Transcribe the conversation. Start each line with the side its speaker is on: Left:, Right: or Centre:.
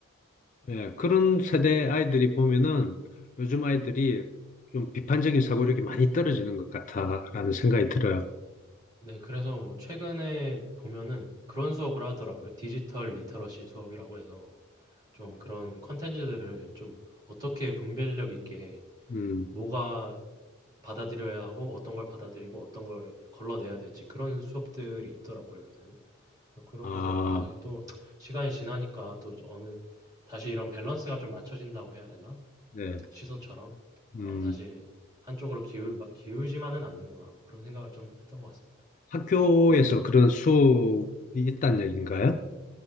Left: 예, 그런 세대 아이들이 보면은 요즘 아이들이 좀 비판적인 사고력이 많이 떨어지는 것 같다라는 생각이 들어요.
Right: 네, 그래서 뭐 최근에 보면은 그런 수업을 하더라고요. 디지털 리터러시 수업이라고 해서 좀 그런 컨텐츠들을 좀 어떻게 분별력 있게
Left: 음,
Right: 뭐가 받아들여야 하고 어떤 걸 받아들이고 어떤 걸 걸러내야 될지 그런 수업들이 있더라고요, 요새는. 그래서 그런
Left: 아,
Right: 거서 아, 또 시간이 지나니까 또 어느 다시 이런 밸런스가 좀 맞춰진다고 해야 되나?
Left: 네,
Right: 시소처럼
Left: 음,
Right: 어, 다시 한쪽으로 기울 기울지만은 않는구나. 뭐 그런 생각을 좀 했던 것 같습니다.
Left: 학교에서 그런 수업이 있다는 얘기인가요?